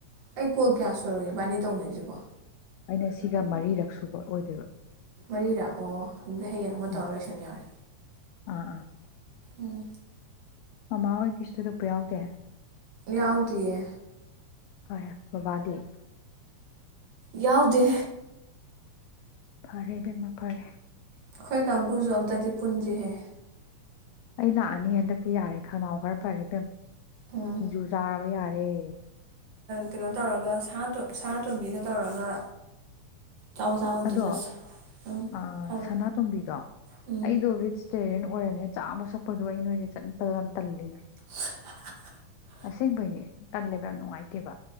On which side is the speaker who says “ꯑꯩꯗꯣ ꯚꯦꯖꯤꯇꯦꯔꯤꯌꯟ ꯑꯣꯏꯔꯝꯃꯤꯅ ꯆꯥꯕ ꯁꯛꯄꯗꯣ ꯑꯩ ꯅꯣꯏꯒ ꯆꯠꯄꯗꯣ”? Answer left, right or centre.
Left